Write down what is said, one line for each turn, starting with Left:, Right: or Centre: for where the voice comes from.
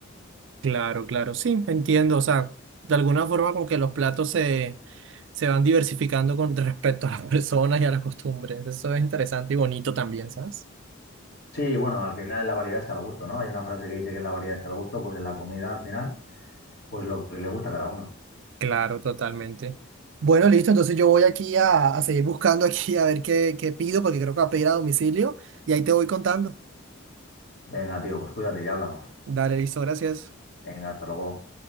Right: Claro, claro, sí, entiendo. O sea, de alguna forma como que los platos se, se van diversificando con respecto a las <laughs> personas y a las costumbres. Eso es interesante y bonito también, ¿sabes?
Left: Sí, bueno, al final en la variedad está el gusto, ¿no? Hay una frase que dice que en la variedad está el gusto, pues en la comida al final. Pues lo que le gusta a cada uno.
Right: Claro, totalmente. Bueno, listo, entonces yo voy aquí a, a seguir buscando aquí a ver qué, qué pido, porque creo que va a pedir a domicilio y ahí te voy contando.
Left: Venga, tío, pues cuídate, y hablamos.
Right: Dale, listo, gracias.
Left: Venga, hasta luego.